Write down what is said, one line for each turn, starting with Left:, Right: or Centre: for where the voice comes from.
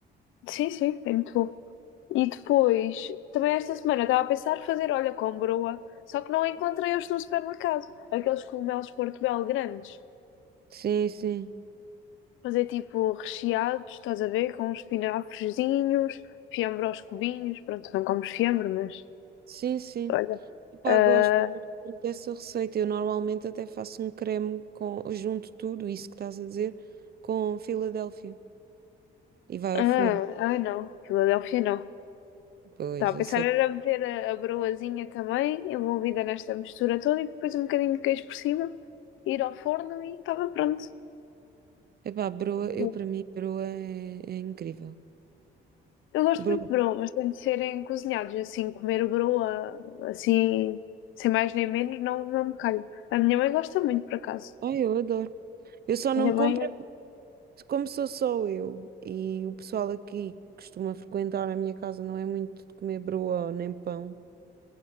Left: Sim, sim, é muito bom. E depois, também esta semana estava a pensar fazer, olha, com broa, só que não encontrei hoje no supermercado. Aqueles cogumelos Portobello grandes.
Right: Sim, sim.
Left: Fazer tipo recheados, estás a ver? Com uns espinafrezinhos, fiambre aos cubinhos. Pronto, não comes fiambre, mas
Right: Sim, sim.
Left: olha.
Right: Pá,
Left: ah,
Right: gosto muito dessa receita. Eu normalmente até faço um creme com, junto tudo, isso que estás a dizer, com Filadélfia. E vai
Left: ah,
Right: ao forno.
Left: ai não, Filadélfia não.
Right: Pois,
Left: Estava a
Right: eu
Left: pensar
Right: sei.
Left: era meter a, a broazinha também, envolvida nesta mistura toda, e depois um bocadinho de queijo por cima, ir ao forno e estava pronto.
Right: Epá, broa,
Left: Sim.
Right: eu para mim, broa é, é incrível.
Left: Eu gosto
Right: Broa,
Left: muito de broa, mas tem de serem cozinhados, assim, comer broa, assim, sem mais nem menos, não, não me calho. A minha mãe gosta muito, por acaso.
Right: ai, eu adoro. Eu só
Left: A
Right: não
Left: minha
Right: compro
Left: mãe
Right: como sou só eu e o pessoal aqui que costuma frequentar a minha casa não é muito de comer broa nem pão.